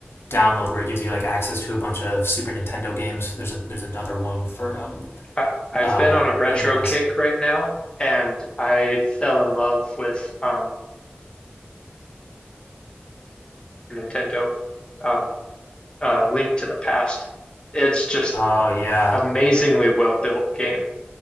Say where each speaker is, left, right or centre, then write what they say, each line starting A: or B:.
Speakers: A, on the left; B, on the left.
A: download where it gives you like access to a bunch of Super Nintendo games. There's a there's another one for um
B: I, I've
A: uh
B: been on a retro
A: NES.
B: kick right now, and I fell in love with um Nintendo, um, uh, Link to the Past. It's just
A: Oh yeah.
B: amazingly well built game.